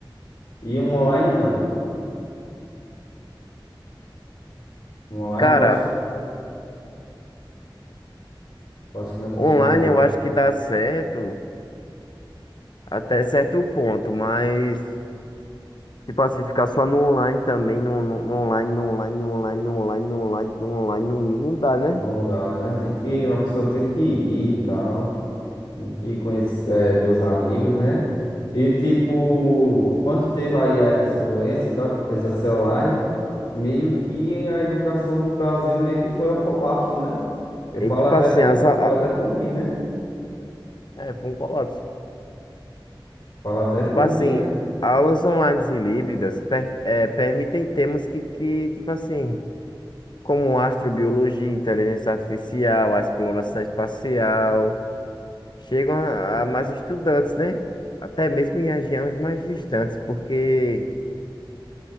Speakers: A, on the left; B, on the left.
A: E um online não. Um online
B: Cara,
A: tu acha, tu acha que não funcionaria?
B: online eu acho que dá certo até certo ponto, mas, tipo assim, ficar só no online também, no, no- no online, no online, no online, no online, no online, no online, não, não dá, né?
A: Não dá, né? Tem que, a pessoa tem que ir e tal. Tem que conhecer, é, ver os amigos, né? E tipo, quando teve aí a- essa doença e tal, que precisa ser online, meio que a educação do Brasil meio que foi ao colapso, né? Eu
B: E
A: falo
B: tipo
A: até
B: assim,
A: por,
B: as,
A: eu
B: a-
A: falo
B: a-
A: até por mim, né?
B: é, foi um colapso.
A: Fala até por
B: Tipo assim,
A: mim, né?
B: aulas online e híbridas per- é, permitem temas que, que, tipo assim, como astrobiologia, inteligência artificial, a exploração espacial, chegam a, a mais estudantes, né? Até mesmo em regiões mais distantes, porque